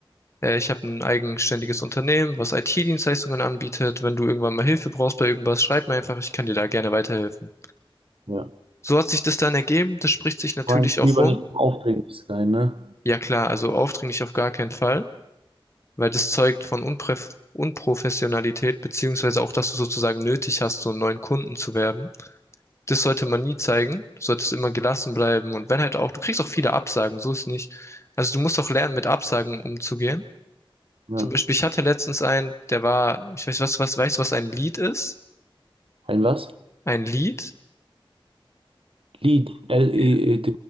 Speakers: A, on the left; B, on the right.
A: äh, ich habe ein eigenständiges Unternehmen, was IT-Dienstleistungen anbietet. Wenn du irgendwann mal Hilfe brauchst bei irgendwas, schreib mir einfach, ich kann dir da gerne weiterhelfen.
B: Ja.
A: So hat sich das dann ergeben. Das spricht sich natürlich
B: Man
A: auch
B: lieber
A: rum.
B: nicht so aufdringlich sein, ne?
A: Ja klar, also aufdringlich auf gar keinen Fall, weil das zeugt von Unpref Unprofessionalität, beziehungsweise auch, dass du sozusagen nötig hast, so einen neuen Kunden zu werben. das sollte man nie zeigen. Du solltest immer gelassen bleiben. Und wenn halt auch, du kriegst auch viele Absagen, so ist nicht. Also du musst auch lernen, mit Absagen umzugehen.
B: Ja.
A: Zum Beispiel, ich hatte letztens einen, der war, ich weiß, was, was, weißt du, was ein Lead ist?
B: Ein was?
A: Ein Lead?
B: Lied. L-E-E-D.
A: Ja,